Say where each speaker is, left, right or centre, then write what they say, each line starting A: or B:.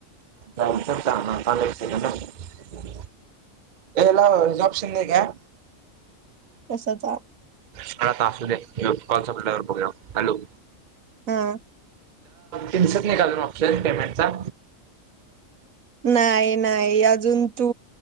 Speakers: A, on the right; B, on the right.
A: <unintelligible> थांब एक सेकंद याला ऑपशन नाही काय?
B: कशाचा
A: <unintelligible> त असू दे कॉल संपल्यावर बघुया. हॅलो
B: हम्
A: दिसत नाही काय ऑप्शन पेमेंटचा
B: नाही नाही अजून तू